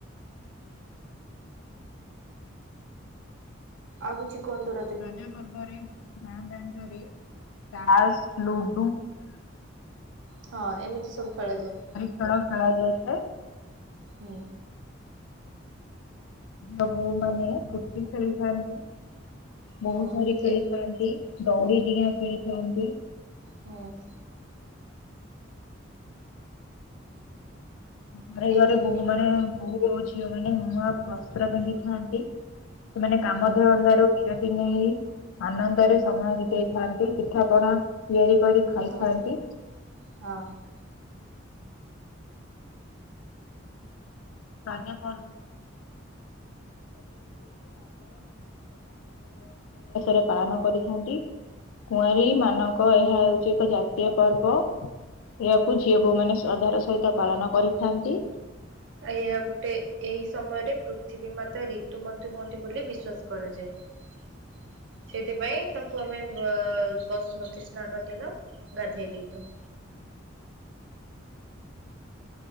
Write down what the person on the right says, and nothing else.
ଆଉ କିଛି କୁହନ୍ତୁ? ର
ହଁ, ଏମିତି ସବୁ ଖେ ଯାଏ।
ହୁଁ।
ହୁଁ
ଏ
ହଁ!
ଏଇ
ତିନି
ଦିନ
ହୁଁ
<unintelligible>
<inaudible> ଥିବୀ ମାତା ରିତୁମତୀ ହୁଅନ୍ତି ବୋଲି ବିଶ୍ଵାସ୍ କରାଯାଏ। ସେଇଥି ପାଇଁ ଆମେ ବସୁମତୀ ସ୍ନାନ ଦିନ, ଗାଧେଇ ଦେଇ ଥାଉ।